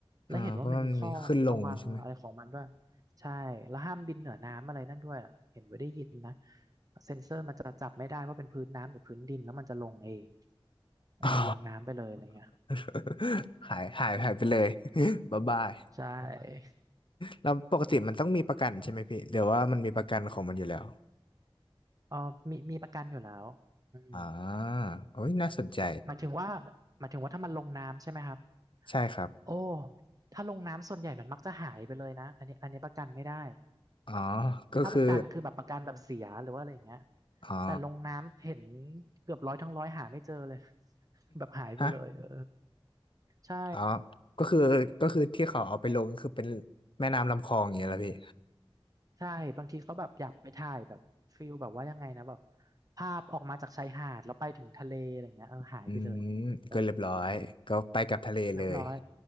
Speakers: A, on the right; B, on the left.
A: แล้วเห็นว่ามันมีข้อระวังอะไรของมันด้วย
B: อ่าเพราะมันมีขึ้นลงใช่ไหม
A: ใช่แล้วห้ามบินเหนือน้ำอะไรนั่นด้วยอะเห็นไว้ได้ยินนะเซ็นเซอร์มันจะจับไม่ได้ว่าเป็นพื้นน้ำหรือพื้นดินแล้วมันจะลงเองเออลงน้ำไปเลยอะไรเงี้ย
B: อ๋อ <laughs> หายหายหายไปเลย <laughs> บ๊ายบาย
A: ใช่
B: แล้วปกติมันต้องมีประกันใช่ไหมพี่เดี๋ยวว่ามันมีประกันของมันอยู่แล้ว
A: เออมีมีประกันอยู่แล้วอืม
B: อ่าโอ้ยน่าสนใจ
A: หมัายนถึงว่าหมายถึงว่าถ้ามันลงน้ำใช่ไหมครับ
B: ใช่ครับ
A: โอ้ถ้าลงน้ำส่วนใหญ่มันมักจะหายไปเลยนะอันนี้อันนี้ประกันไม่ได้
B: อ๋อก็คือ
A: ถ้าประกันคือแบบประกันแบบเสียหรือว่าอะไรอย่างเงี้ย
B: อ๋อ
A: แต่ลงน้ำเห็นเกือบร้อยทั้งร้อยหาไม่เจอเลย <laughs> แบบหายไปเลยเออ
B: ฮะ
A: ใช่
B: อ๋อก็คือก็คือที่เขาเอาไปลงก็คือเป็นแม่น้ำลำคลองอย่างเงี้ยละพี่
A: ใช่ บางทีเขาแบบอยากไปถ่ายแบบฟิลแบบว่ายังไงนะแบบภาพออกมาจากชายหาดแล้วไปถึงทะเลอะไรเงี้ยเออหายไปเลยเออ
B: <laughs> อืมก็เรียบร้อยก็ไปกับทะเลเลย
A: เรียบร้อย